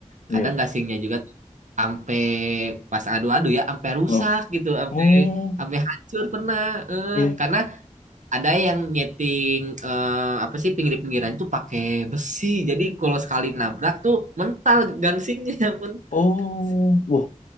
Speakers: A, on the left; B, on the right.
A: Iya.
B: Kadang gasingnya juga tuh sampai pas adu-adu ya sampai rusak
A: Oh.
B: gitu, sampai
A: Oh,
B: sampai hancur pernah. Eh,
A: iya.
B: karena ada yang nyeting eh, apa sih pinggir-pinggiran itu pakai besi. Jadi kalau sekali nabrak tuh mental gangsingnya <laughs> mental.
A: Oh,
B: sih.
A: wah,